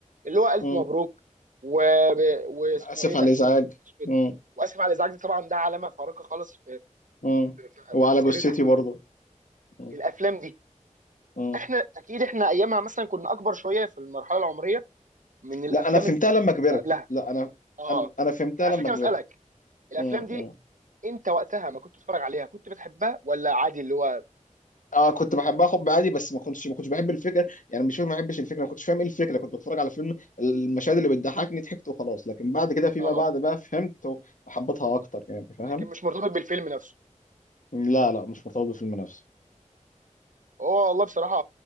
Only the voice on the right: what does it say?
اللي هو الف
مبروك و... ب- واسمه
ايه ده
عسل أسود.
واسف على الازعاج دي طبعا ده علامه فارقه خالص في
في, في
في مسيره
احمد
حلمي
الافلام دي
احنا اكيد احنا ايامها مثلا كنا اكبر شويه في المرحله العمريه من الافلام
اللي
قبلها
اه
انا عشان
كده
بسالك الافلام
دي انت وقتها ما كنت بتتفرج عليها كنت بتحبها ولا عادي اللي هو
اه
لكن مش مرتبط بالفيلم نفسه
هو والله بصراحه